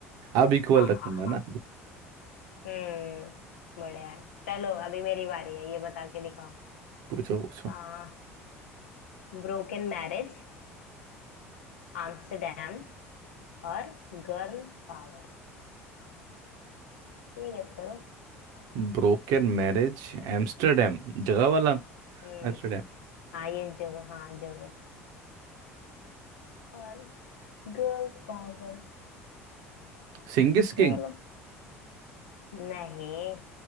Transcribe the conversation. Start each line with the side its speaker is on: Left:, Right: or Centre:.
Right: अब इक्वल
Left: हाँ
Right: रखूंगा
Left: हाँ हाँ
Right: ना
Left: हम्म बढ़िया है चलो अभी मेरी बारी है ये बता के दिखाओ
Right: पूछो पूछो
Left: आ, ब्रोकन मैरिज आम्स्टरडैम और गर्ल पावर ये गेस करो
Right: ब्रोकन मैरिज एम्स्टरडेम जगह वाला
Left: हम्म
Right: एम्स्टरडेम
Left: हाँ ये जगह हाँ जगह और गर्ल पावर
Right: सिंगिस
Left: चलो
Right: किंग
Left: नहीं